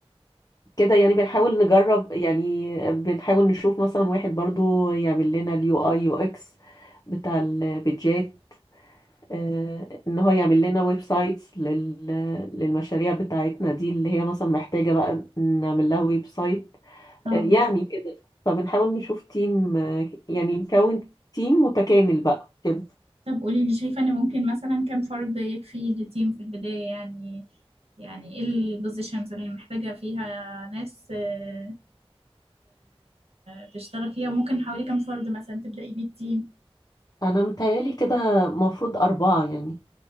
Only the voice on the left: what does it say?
كده يعني بنحاول نجرب يعني بنحاول نشوف مثلا واحد برضو يعمل لنا اليو اي يو اكس بتاع البيدجات آه، ان هو يعمل لنا ويب سايتس لل... للمشاريع بتاعتنا دي اللي هي مثلا محتاجة بقى نعمل لها ويب سايت
آه، يعني كده فبنحاول نشوف تيم آه، يعني نكون تيم متكامل بقى كده
انا متهيالي كده مفروض اربعة يعني